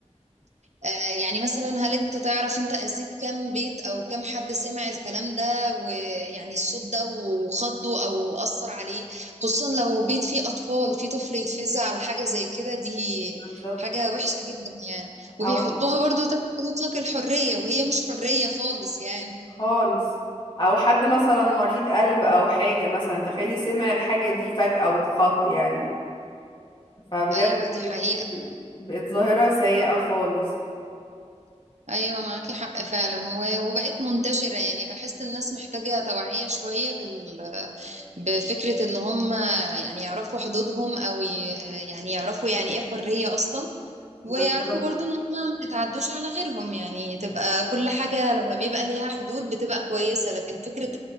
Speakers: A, on the right; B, on the left.
A: آه، يعني مثلا هل انت تعرف انت اذيت كام بيت او كام حد سمع الكلام ده ويعني الصوت ده وخضه او اثر عليه خصوصا لو بيت فيه اطفال فيه طفل يتفزع على حاجة زي كده دي
B: بالظبط
A: حاجة وحشة جدا يعني وبيحطوها
B: او
A: برضو تحت مطلق الحرية وهي مش حرية خالص يعني
B: خالص او حد مثلا مريض قلب او حاجة مثلا تخيلي سمع الحاجة دي فجأة واتخض يعني فبجد
A: ايوه دي
B: دي
A: حقيقة
B: دي بقت ظاهرة سيئة خالص
A: ايوه معاكي حق فعلا و- وبقت منتشرة يعني بحس الناس محتاجة توعية شوية بال بفكرة إن هم يعني يعرفوا حدودهم أو ي- يعني يعرفوا يعني إيه حرية أصلا ويعرفوا
B: بالظبط
A: برضو إن هم ما يتعدوش على غيرهم يعني تبقى كل حاجة لما بيبقى ليها حدود بتبقى كويسة لكن فكرة